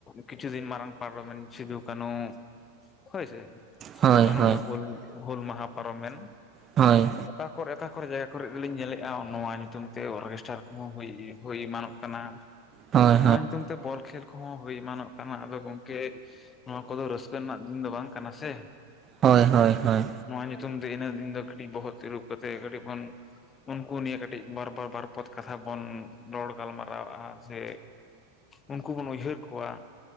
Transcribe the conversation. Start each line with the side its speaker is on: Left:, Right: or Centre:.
Left: ᱠᱤᱪᱷᱩ ᱫᱤᱱ ᱢᱟᱨᱟᱝ ᱯᱟᱨᱚᱢᱮᱱ ᱥᱤᱫᱩ ᱠᱟᱹᱱᱦᱩ, ᱦᱳᱭ ᱥᱮ
Right: ᱦᱳᱭ ᱦᱳᱭ
Left: ᱢᱟᱱᱮ ᱦᱩᱞ ᱦᱩᱞ ᱢᱟᱦᱟ ᱯᱟᱨᱚᱢ ᱢᱮᱱ
Right: ᱦᱳᱭ᱾
Left: ᱚᱠᱟ ᱠᱚᱨᱮ ᱚᱠᱟ ᱠᱚᱨᱮ ᱡᱟᱭᱜᱟ ᱠᱚᱨᱮ ᱜᱮᱞᱤᱧ ᱧᱮᱞᱮᱫᱼᱟ, ᱱᱚᱣᱟ ᱧᱩᱛᱩᱢ ᱛᱮ ᱚᱨᱠᱮᱥᱴᱟᱨ ᱠᱚᱦᱚᱸ ᱦᱩᱭ ᱦᱩᱭ ᱮᱢᱟᱱ ᱠᱟᱱᱟ᱾
Right: ᱦᱳᱭ
Left: ᱱᱚᱣᱟ ᱧᱩᱛᱩᱢ ᱛᱮ ᱵᱚᱞ ᱠᱷᱮᱞ ᱠᱚᱦᱚᱸ ᱦᱩᱭ ᱮᱢᱟᱱᱚᱜ ᱠᱟᱱᱟ᱾ ᱟᱫᱚ ᱜᱚᱝᱠᱮ ᱱᱚᱣᱟ ᱠᱚᱫᱚ ᱨᱟᱹᱥᱠᱟᱹ ᱨᱮᱱᱟᱜ ᱫᱤᱱ ᱫᱚ ᱵᱟᱝ ᱠᱟᱱᱟ ᱥᱮ
Right: ᱦᱳᱭ ᱦᱳᱭ ᱦᱳᱭ᱾
Left: ᱱᱚᱣᱟ ᱧᱩᱛᱩᱢ ᱛᱮ ᱤᱱᱟᱹ ᱫᱤᱱ ᱫᱚ ᱠᱟᱹᱴᱤᱡ ᱵᱚᱦᱚᱜ ᱛᱤᱨᱩᱯ ᱠᱟᱛᱮᱜ ᱠᱟᱹᱴᱤᱡ ᱵᱚᱱ ᱩᱱᱠᱩ ᱱᱤᱭᱮ ᱠᱟᱹᱴᱤᱡ ᱵᱟᱨ ᱵᱟᱨ ᱵᱟᱨᱯᱚᱛ ᱠᱟᱛᱷᱟ ᱵᱚᱱ ᱨᱚᱲ ᱜᱟᱞᱢᱟᱨᱟᱣᱼᱟ ᱥᱮ᱾ ᱩᱱᱠᱩ ᱵᱚᱱ ᱩᱭᱦᱟᱹᱨ ᱠᱚᱣᱟ᱾